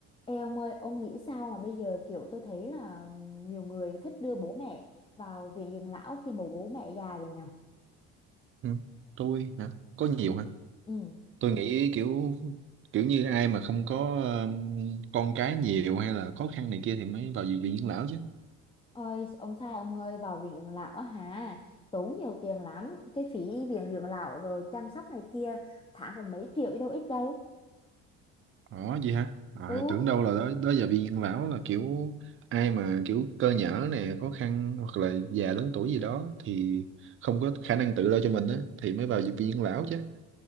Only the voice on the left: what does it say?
Ê ông ơi, ông nghĩ sao mà bây giờ kiểu tôi thấy là nhiều người thích đưa bố mẹ vào viện dưỡng lão khi mà bố mẹ già rồi nhở?
Ừ.
Ôi, ông sai ông ơi, vào viện dưỡng lão á hả? Tốn nhiều tiền lắm, cái phí viện dưỡng lão rồi chăm sóc này kia, tháng cũng mấy triệu chứ đâu ít đâu.
Ừ.